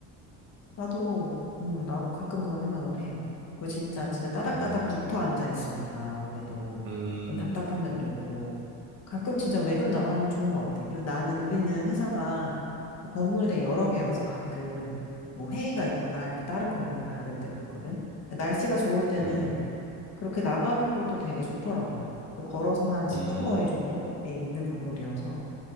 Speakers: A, on the left (about 45°); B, on the right (about 35°).
A: 나도, 음, 나 가끔 그런 생각을 해. 그 진짜, 진짜 따닥따닥
B: 음,
A: 붙어 앉아 있으니까 아무래도
B: 음,
A: 좀 답답한 면도 있고. 가끔 진짜 외근 나가면 좋은 것 같아. 그래서 나는, 우리는 회사가 건물이 되게 여러 개여서 가끔 뭐 회의가 있거나 할 때 다른 건물로 가야 될 때가 있거든. 근데 날씨가 좋을 때는
B: 음,
A: 그렇게 나가는 것도 되게 좋더라고. 그 걸어서 한 10분
B: 음,
A: 거리 정도에 있는 건물이어서